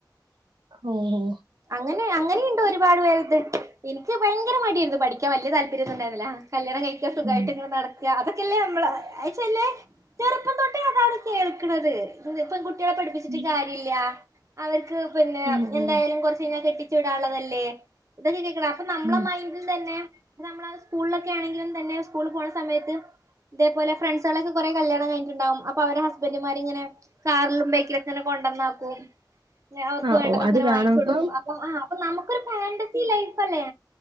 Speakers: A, on the right; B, on the right.
A: ഓ ഓ
B: അങ്ങനെ അങ്ങനെയുണ്ടോ ഒരുപാട് പേരു ഇത് ഇനിക്ക് ഭയങ്കര മടിയായിരുന്നു പഠിക്കാൻ വലിയ താല്പ ര്യ ഉണ്ടായിരുന്നില്ല കല്യാണം കഴിക്ക സുഖായിട്ട്
A: ഉം
B: ഇങ്ങനെ നടക്ക അതൊക്കെല്ലേ നമ്മള് എത്നാച്ചാല് ചെറുപ്പം തൊട്ടേ അതാണ് കേൾക്കാണത് പെൺകുട്ടികളെ പഠിപ്പിച്ചട്ട്
A: ഉം
B: കാര്യാ ല്ല്യാ അവർക്ക് പിന്നെ
A: ഉം
B: എന്തായാലും
A: ഉം
B: കൊറ ച്ച് കഴിഞ്ഞ കെട്ടിച്ചുവിടാനുള്ളള്ളതല്ലേ ഇതൊക്കെ കേക്കണേ അപ്പൊ നമ്മടെ
A: ഉം
B: മൈ തന്നെ നമ്മള സ്കൂളിലൊക്കെ ആണെങ്കിലും തന്നെ സ്കൂളിൽ പോണ സമയത്ത് ഇതേപോലെ ഫ്രണ്ട്സുകളൊക്കെ കൊറെ കല്യാണം കഴിഞ്ഞട്ടുണ്ടാവും അപ്പൊ അവരുടെ ഹസ്ബൻഡ്മാർ ഇങ്ങനെ കാറിലും ബൈക്കിലും ഇങ്ങനെ കൊണ്ടന്നാക്കും. പിന്നെ അവർക്ക്
A: ആഹ്
B: വേണ്ടതൊക്കെ
A: ഓഹ് അത് കാണുമ്പം
B: വാങ്ങിച്ച് കൊടുക്കും അപ്പ ആഹ് നമുക്കൊരു ഫാന്റസി ലൈഫ് അല്ലേ